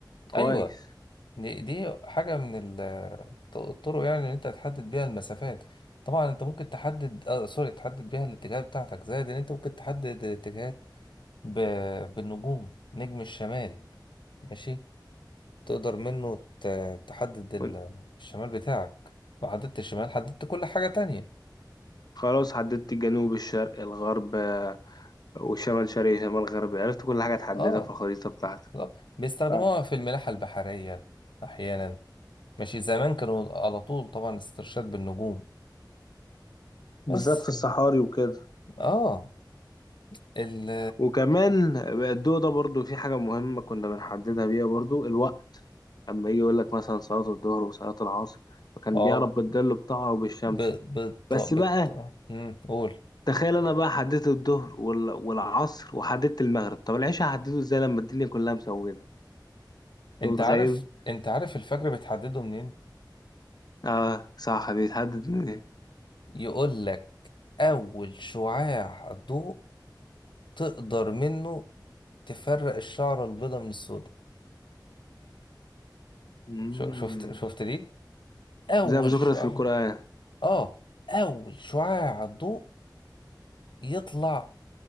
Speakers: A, on the left (about 60°); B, on the left (about 80°).
A: كويس
B: ايوه دي دي حاجة من ال- الط- الطرق يعني إن أنت تحدد بيها المسافات طبعا أنت ممكن تحدد آه سوري تحدد بيها الاتجاهات بتاعتك زائد إن أنت ممكن تحدد الاتجاهات ب... بالنجوم نجم الشمال ماشي تقدر منه ت... تحدد ال...
A: وإن-
B: الشمال بتاعك لو حددت الشمال حددت كل حاجة تانية
A: خلاص حددت الجنوب الشرق الغرب آه، والشمال شرقي شمال غربي عرفت كل حاجة تحددها
B: اه
A: في الخريطة بتاعتك
B: بالظبط. بيستخدموها
A: فاهم.
B: في الملاحة البحرية أحيانا ماشي زمان كانوا على طول طبعا استرشاد بالنجوم بس
A: بالذات في الصحاري وكده
B: اه ال
A: وكمان بقى الضوء ده برضو في حاجة مهمة كنا بنحددها بيها برضو الوقت أما يجي يقول لك مثلا صلاة الظهر وصلاة العصر فكان
B: اه
A: بيعرف بالظل بتاعه وبالشمس
B: ب... بت...
A: بس
B: بت...
A: بقى
B: آه، مم. قول
A: تخيل انا بقى حددت الظهر وال- والعصر وحددت المغرب طب العشاء هحدده ازاي لما الدنيا كلها مسودة
B: انت
A: انت
B: عارف
A: متخيل
B: انت عارف الفجر بتحدده منين
A: اه صح بيتحدد من ايه
B: يقول لك اول شعاع ضوء تقدر منه تفرق الشعرة البيضاء من السوداء
A: مم.
B: شو- شفت شفت دي اول
A: زي ما ذكرت
B: شعاع
A: في القرآن
B: اه اول شعاع ضوء يطلع